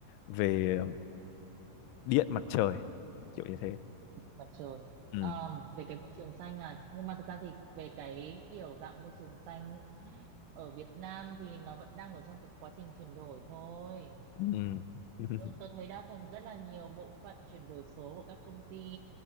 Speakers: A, on the left (about 80°); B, on the right (about 80°).
A: về điện mặt trời kiểu như thế
B: mặt trời
A: ừ
B: Ờ, về cái môi trường xanh này nhưng mà thực ra thì về cái kiểu dạng môi trường xanh ở Việt Nam thì nó vẫn đang ở trong cái quá trình chuyển đổi thôi
A: ừ. ừ. <laughs>
B: Tôi, tôi thấy đa phần rất là nhiều bộ phận chuyển đổi số của các công ty